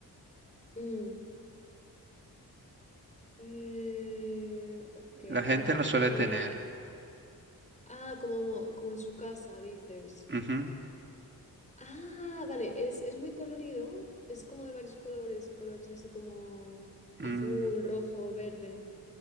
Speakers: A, on the left (about 20°); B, on the right (about 30°).
A: Mm, eh, ok.
B: La gente lo suele
A: eh,
B: tener.
A: ah, como, como en su casa, dices.
B: Ujú.
A: Ah, vale, es, es muy colorido, es como de varios colores y colores así como azul,
B: Mm,
A: rojo, verde.